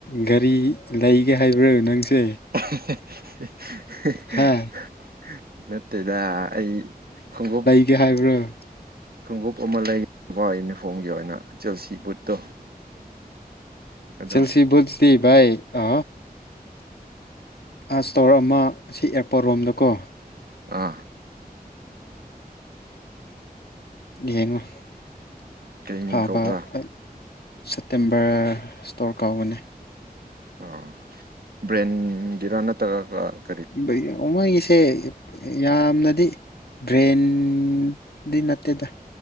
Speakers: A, on the left (about 80°); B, on the right (about 70°).
A: ꯒꯥꯔꯤ ꯂꯩꯒꯦ ꯍꯥꯏꯕ꯭ꯔꯥ ꯅꯪꯁꯦ
B: <unintelligible>
A: ꯍꯥ
B: ꯅꯠꯇꯦꯗ ꯑꯩ ꯈꯣꯡꯎꯞ
A: ꯦ ꯍꯥꯏꯕ꯭ꯔꯥ
B: ꯈꯣꯡꯎꯞ ꯑꯃ ꯂꯩꯒꯕ ꯌꯨꯅꯤꯐꯣꯔꯝꯒꯤ ꯑꯣꯏꯅ ꯖꯦꯜꯁꯤ ꯕꯨꯠꯇꯣ ꯑꯗꯣ
A: ꯆꯦꯜꯁꯤ ꯣꯠꯂꯤ ꯥꯏ ꯑ ꯑꯥ ꯏꯁꯇꯣꯔ ꯑꯃ ꯁꯤ ꯑꯦꯔꯄꯣꯔꯠ ꯔꯣꯝꯗꯀꯣ
B: ꯑꯥ
A: ꯌꯦꯡꯉꯣ
B: ꯀꯔꯤ
A: ꯐꯕ
B: ꯃꯤꯡ ꯀꯧꯕ꯭ꯔꯥ
A: ꯍ ꯁꯦꯞꯇꯦꯝꯕꯔ ꯁꯇꯣꯔ ꯀꯥꯎꯕꯅꯦ
B: ꯑꯣ ꯕ꯭ꯔꯦꯟꯒꯤꯔꯥ ꯅꯠꯇ꯭ꯔꯒꯀ
A: ꯃꯃꯪꯒꯤꯁꯦ ꯌꯥꯝꯅꯗꯤ ꯕ꯭ꯔꯦꯟꯗꯤ ꯅꯠꯇꯦꯗ